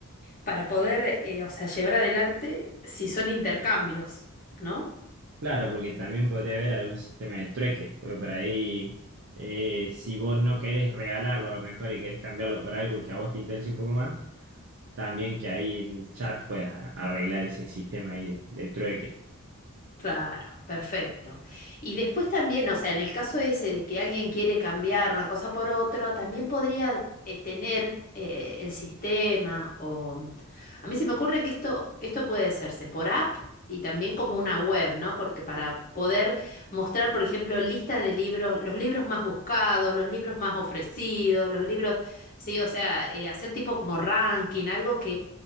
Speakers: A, on the left (about 40°); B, on the right (about 55°).
A: para poder, eh, o sea, llevar adelante, si son intercambios, ¿no?
B: Claro, porque también podría haber algún sistema de trueque, porque por ahí, eh, si vos no querés regalarlo a lo mejor y querés cambiarlo por algo que a vos te interese un poco más, también que ahí en el chat puedas a- arreglar ese sistema ahí de, de trueque.
A: Claro, perfecto. Y después también, o sea, en el caso ese de que alguien quiere cambiar una cosa por otra, también podría eh, tener eh, el sistema o... mm, A mí se me ocurre que esto, esto puede hacerse por app y también como una web, ¿no? Porque para poder mostrar, por ejemplo, lista de libros, los libros más buscados, los libros más ofrecidos, los libros, sí, o sea, eh, hacer tipo como ranking, algo que,